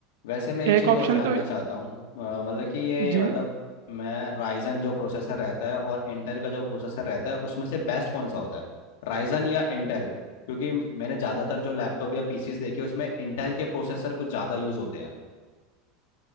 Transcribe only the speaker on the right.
एक
ऑप्शन
तो
जी